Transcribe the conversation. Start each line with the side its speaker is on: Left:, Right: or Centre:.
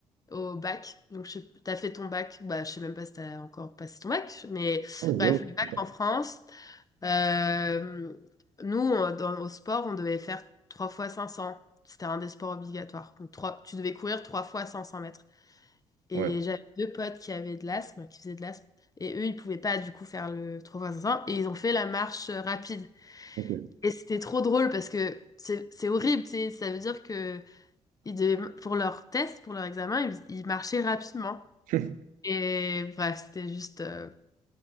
Left: au bac. Donc, je sais- t'as fait ton bac, bah, je sais même pas si t'as encore passé ton bac, mais
Right: Ah, ouais,
Left: bref,
Right: ouais,
Left: le bac
Right: c'est ça.
Left: en France. Euh, nous, on- dans, au sport, on devait faire 3 fois 500. C'était un des sports obligatoires. Donc, trois- tu devais courir 3 fois 500 mètres. Et
Right: Ouais,
Left: j'avais deux potes qui avaient de l'asthme, qui faisaient de l'asthme. Et eux, ils pouvaient pas du coup faire le 3 fois 500. Et ils ont fait la marche euh, rapide.
Right: ok.
Left: Et c'était trop drôle parce que c'est c'est horrible, tu sais. Ça veut dire que ils devaient- pour leur test, pour leur examen, ils, ils marchaient rapidement.
Right: <laughs>
Left: Et bref, c'était juste... euh,